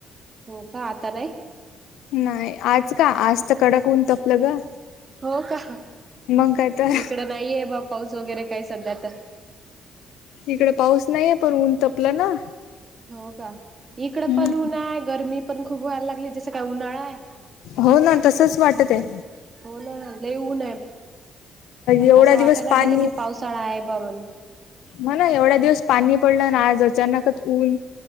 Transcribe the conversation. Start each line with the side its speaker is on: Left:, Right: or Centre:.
Right: हो का आता नाही?
Left: नाय आज का आज तर कडक ऊन तपलं ग.
Right: हो का
Left: मग काय तर
Right: इकडं नाहीये बा पाऊस वगैरे काय सध्या आता.
Left: इकडे पाऊस नाहीे पण ऊन तपलं ना.
Right: हो का? इकडं
Left: हम्म
Right: पण ऊन आहे, गरमी पण खूप व्हायला लागली जसं काय उन्हाळा आहे
Left: हो ना तसच वाटत आहे.
Right: हो ना लई ऊन आहे
Left: एवढा
Right: असं वाटा
Left: दिवस
Right: ना
Left: पाणी
Right: गेलं की पावसाळा आहे बा म्हणून.
Left: हो ना एवढा दिवस पाणी पडलं ना आज अचानकच ऊन